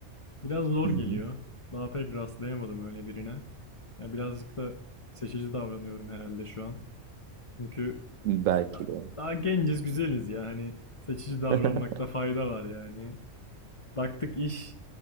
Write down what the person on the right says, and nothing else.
Hı
hı.
Belki
de.
<laughs>